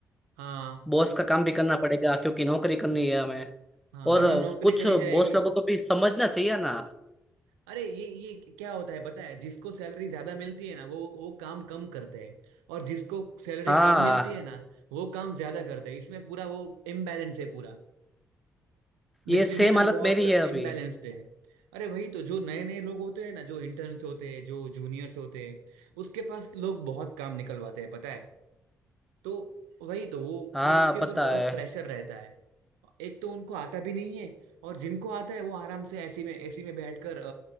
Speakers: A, on the right; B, in the centre.
A: हाँ
B: बॉस का काम भी करना पड़ेगा क्योंकि नौकरी करनी है हमें
A: हाँ वरना
B: और
A: नौकरी
B: कुछ
A: चली जाएगी
B: बॉस लोगों को भी समझना चाहिए ना
A: अरे ये ये क्या होता है पता है जिसको सैलरी ज्यादा मिलती है ना वो वो काम कम करते हैं और जिसको सैलरी
B: हाँ
A: कम मिलती है ना वो काम ज्यादा करते हैं इसमें पूरा वो इम्बैलेंस है पूरा
B: ये
A: डिस्ट्रीब्यूशन
B: सेम हालत
A: बहुत
B: मेरी है
A: इम्बैलेंस्ड
B: अभी
A: है अरे वही तो जो नए नए लोग होते हैं ना जो इंटर्न्स होते हैं जो जूनियर्स होते हैं उसके पास लोग बहुत काम निकलवाते हैं पता है तो वही तो वो
B: हाँ
A: पू- उसके ऊपर
B: पता
A: बहुत
B: है
A: प्रेशर रहता है एक तो उनको आता भी नहीं है और जिनको आता है वो आराम से ऐसी में ऐसी में बैठकर